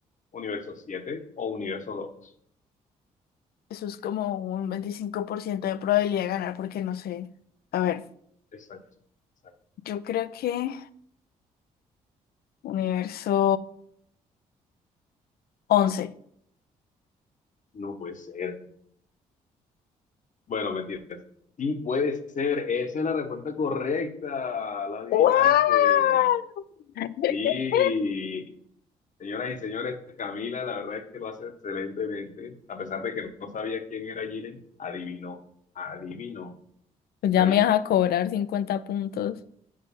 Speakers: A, on the left; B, on the left.
A: universo 7 o universo dos
B: Eso es como un 25% de probabilidad de ganar porque no sé. A ver,
A: Exacto. exacto.
B: yo creo que universo once.
A: No puede ser. Bueno, mentiras Sí, puede ser. Esa es la respuesta correcta. La adivinaste.
B: ¡Guau! <laughs>
A: Sí, Señoras y señores, Camila, la verdad es que lo hace excelentemente. A pesar de que no sabía quién era Jiren, adivinó, adivinó.
B: Pues
A: Está
B: Ya
A: bien.
B: me vas a cobrar 50 puntos.